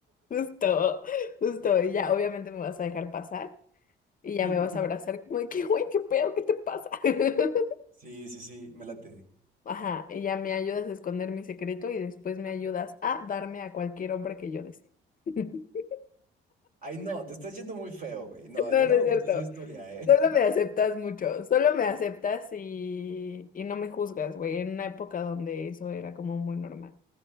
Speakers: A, on the left; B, on the right.
A: justo, justo. Y ya, obviamente me vas a dejar pasar y ya
B: <laughs>
A: me vas a abrazar como de que, güey, ¿qué pedo? ¿Qué te pasa? <laughs>
B: Sí, sí, sí, me late.
A: Ajá, y ya me ayudas a esconder mi secreto y después me ayudas a darme a cualquier hombre que yo desee. <laughs>
B: Ay, no, te estás yendo muy feo, güey. No,
A: No,
B: ya no
A: no es
B: me gustó
A: cierto.
B: esa historia, ¿eh?
A: Solo me aceptas mucho. Solo me aceptas y, y no me juzgas, güey. En una época donde eso era como muy normal,